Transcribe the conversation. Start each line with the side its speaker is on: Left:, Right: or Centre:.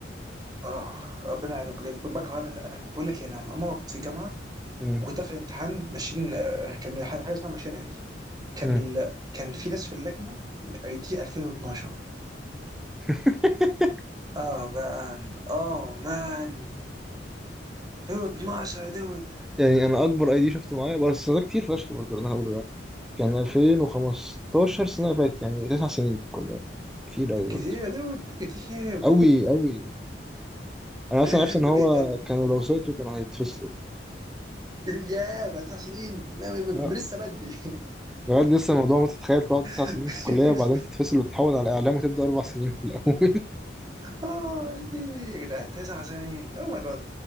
Right: اه ربنا يعينهم بجد بكره انا انا كنت بقول لك يعني، انا ماما كنت في جامعه
Centre: مم.
Right: وكنت داخل امتحان ماشين آه، كان ح- حاجه اسمها ماشينري كان
Centre: مم.
Right: ال... كان في ناس في اللجنه اي دي 2012
Centre: <laughs>
Right: اه مان اه مان 2012 يا دود
Centre: يعني انا اكبر اي دي شفته معايا بس ده كتير فشخ برضه اللي انا هقوله ده كان 2015 سنة اللي فاتت يعني تسع سنين في الكلية كتير أوي
Right: كتير
Centre: برضه
Right: يا دود كتير
Centre: أوي أوي أنا أصلا
Right: <laughs>
Centre: عرفت إن هو
Right: اوكي كمل
Centre: كانوا لو سقطوا كانوا هيتفصلوا
Right: يا بعد تسع سنين ما- ما-
Centre: لا
Right: ما- لسه بدري
Centre: بجد لسه الموضوع ما تتخيل تقعد تسع
Right: <laughs>
Centre: سنين في الكلية وبعدين تتفصل وتتحول على إعلام وتبدأ أربع سنين في الأول
Right: اه يا ديني يا جدعان تسع سنين او ماي جاد